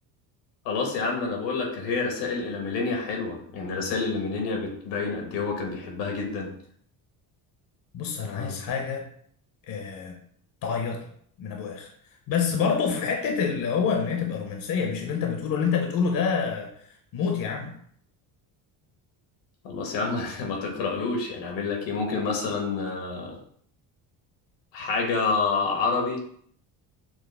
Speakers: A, on the left; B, on the left.
A: خلاص يا عم أنا بقول لك هي رسائل إلى ميلينيا حلوة يعني رسائل إلى ميلينيا بتبين قد إيه هو كان بيحبها جدا
B: بص انا
A: آه،
B: عايز حاجه آه... تعيطني من ابو اخر بس برضه في حته اللي هو ان هي تبقى رومانسيه مش اللي انت بتقوله اللي انت بتقوله ده موت يا عم
A: خلاص يا عم <laughs> ما تقرألوش يعني اعمل لك ايه ممكن مثلا آه، حاجة عربي